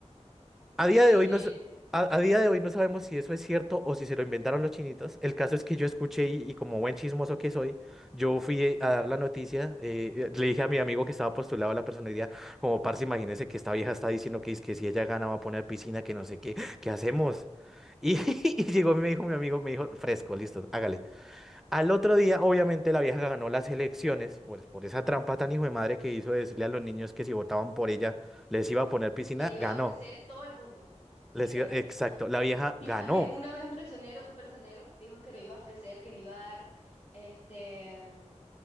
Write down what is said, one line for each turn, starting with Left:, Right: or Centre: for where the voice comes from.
Centre: A día
Left: Sí,
Centre: de
Left: sí,
Centre: hoy no, sa-
Left: sí.
Centre: a, a día de hoy no sabemos si eso es cierto o si se lo inventaron los chinitos. El caso es que yo escuché y, y como buen chismoso que soy, yo fui a dar la noticia. eh, le dije a mi amigo que estaba postulado a la personería, como parce, imagínese que esta vieja está diciendo que, es que si ella gana va a poner piscina, que no sé qué, ¿qué hacemos? Y, <laughs> y llegó y me dijo mi amigo, me dijo, fresco, listo, hágale. Al otro día, obviamente, la vieja ganó las elecciones, pues por esa trampa tan hijo de madre que hizo de decirle a los niños que si votaban por ella les iba a poner piscina,
Left: Le iba
Centre: ganó.
Left: a ofrecer todo el mundo, literalmente.
Centre: Les iba- Exacto, la vieja
Left: Y
Centre: ganó.
Left: a mí, una vez un prisionero, un personero dijo que no iba a ofrecer, que no iba a dar, este,